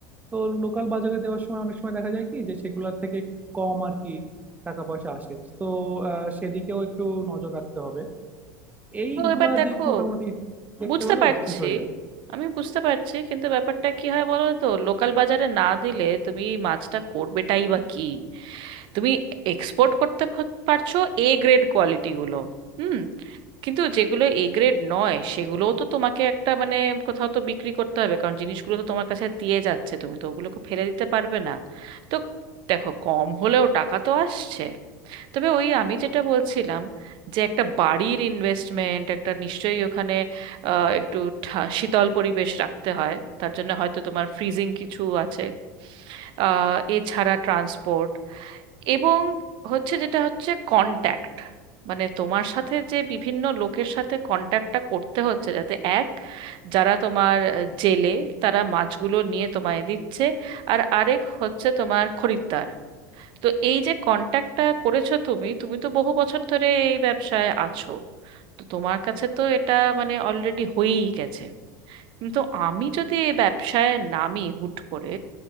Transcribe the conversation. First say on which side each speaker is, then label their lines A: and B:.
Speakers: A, on the right; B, on the right.
A: তো লোকাল বাজারে দেওয়ার সময় অনেক সময় দেখা যায় কি যে সেগুলোর থেকে একটু কম আর কি টাকা পয়সা আসে তো আহ, সেদিকেও একটু নজর রাখতে হবে এইগুলা
B: তো এবার দেখো
A: দিক মোটামুটি দেখতে
B: বুঝতে
A: পেলে
B: পারছি
A: আবার ঠিক হয়ে যাবে
B: আমি বুঝতে পারছি কিন্তু ব্যাপারটা কি হয় বলো তো লোকাল বাজারে না দিলে তুমি মাছটা করবেটাই বা কি তুমি এক্সপোর্ট করতে প- পারছো এ গ্রেড কোয়ালিটি গুলো হুম কিন্তু যেগুলো এ গ্রেড নয় সেগুলোও তো তোমাকে একটা মানে কোথাও তো বিক্রি করতে হবে কারণ জিনিসগুলো তো তোমার কাছে দিয়ে যাচ্ছে তুমি তো ওগুলোকে ফেলে দিতে পারবে না তো দেখো কম হলেও টাকা তো আসছে তবে ওই আমি যেটা বলছিলাম যে একটা বাড়ির ইনভেস্টমেন্ট একটা নিশ্চয়ই ওখানে আহ, একটু ঠা- শীতল পরিবেশ রাখতে হয় তার জন্য হয়তো তোমার ফ্রিজিং কিছু আছে আহ, এছাড়া ট্রান্সপোর্ট এবং হচ্ছে যেটা হচ্ছে কন্ট্যাক্ট মানে তোমার সাথে যে বিভিন্ন লোকের সাথে কন্ট্যাক্টটা করতে হচ্ছে যাতে এক যারা তোমার আহ, জেলে তারা মাছগুলো নিয়ে তোমায় দিচ্ছে আর আরেক হচ্ছে তোমার খরিদ্দার তো এই যে কন্ট্যাক্টটা করেছো তুমি তুমি তো বহু বছর ধরে এই ব্যবসায় আছো তো তোমার কাছে তো এটা মানে অলরেডি হয়েই গেছে কিন্তু আমি যদি এই ব্যবসায় নামি হুট করে